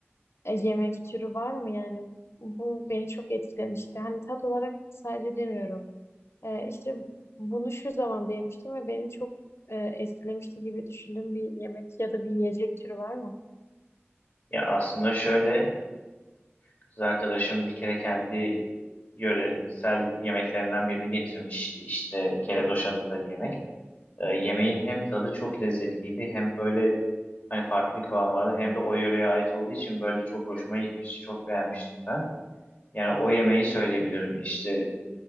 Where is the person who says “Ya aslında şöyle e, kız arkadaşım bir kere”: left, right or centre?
Left